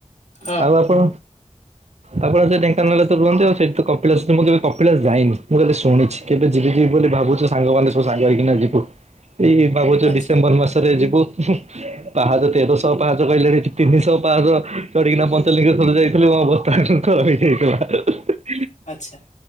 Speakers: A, on the left; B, on the right.
A: ହଁ
B: ଆଉ
A: ହଁ
B: ଆପଣ ଆପଣ ସେ ଢ଼େଙ୍କାନାଳରେ ତ ରୁହନ୍ତି ଆଉ ସେଠୁ କପିଳାସ ମୁଁ କେବେ କପିଳାସ ଯାଇନି, ମୁଁ ଖାଲି ଶୁଣିଛି। କେବେ ଯିବି ଯିବି ବୋଲି ଭାବୁଛୁ ସାଙ୍ଗମାନେ ସବୁ ସାଙ୍ଗ ହେଇକିନା ଯିବୁ। ଏଇ ଭାବୁଚୁ
A: ଆଚ୍ଛା
B: ଡିସେମ୍ବର ମାସରେ ଯିବୁ, ପାହାଚ ତେରଶହ ପାହାଚ କହିଲେଣି ତିନିଶହ ପାଞ୍ଚଶହ ଚଢିକିନା ପଞ୍ଚଲିଙ୍ଗେଶ୍ୱର ଯାଇଥିଲୁ ମ ଅବସ୍ଥା ଖରାପ ହେଇଯାଇଥିଲା।
A: ଆଛା।